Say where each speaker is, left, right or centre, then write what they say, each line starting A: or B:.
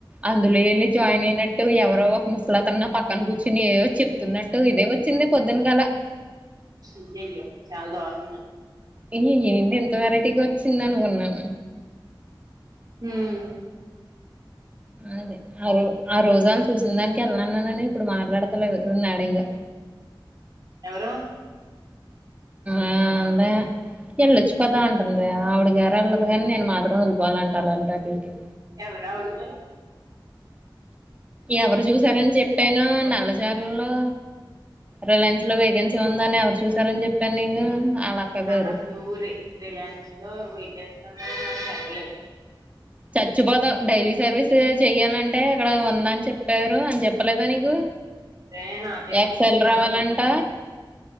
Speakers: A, on the right; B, on the right.
A: అందులో వెళ్ళి జాయిన్ అయినట్టు ఎవరో ఒక ముసలతను నా పక్క క్కను కూర్చుని ఏవో చెప్తున్నట్టు ఇదే వచ్చింది పొద్దున గల
B: అయ్యాయో చాల దొరణం
A: ఏ ఏంటి ఎంత వెరైటీగా వచ్చింది అనుకున్నాను
B: మ్మ్
A: అదే అరు ఆ రోజాలు చూసిన దానికి వెళ్ళన్నాన్ననని ఇప్పుడు మాట్లాడత తలేదు నడింగా
B: ఎవరు
A: ఆ అదే ఎళ్ళొచ్చుకదా ఉంటుంది ఆవిడి గార్ ఎల్లదు గాని నేను మాట తో <unintelligible> ఇవాలంటాలంటా టీ కి
B: ఎవరా అవుడగారు
A: ఎవరు చూసారని చెప్పాను నల్ల జార్ లో రిలయన్స్ లో వేకెన్సీ ఉందని ఎవరు చూసారని చెప్పాను నీకు వాళ్ళ అక్క
B: నాకు
A: గారు
B: అసలు రే రిలయన్స్ లో వెకెన్ చెప్పలే
A: చచ్చిపోతా డైలీ సర్వీస్ చెయ్యాలంటే అక్కడ ఉందా అని చెప్పారు అని చెప్పలేదా నీకు
B: అదే నాతో ఇప్పుడు
A: ఎక్సెల్
B: చెప్పవే
A: రావాలంట
B: ఫోన్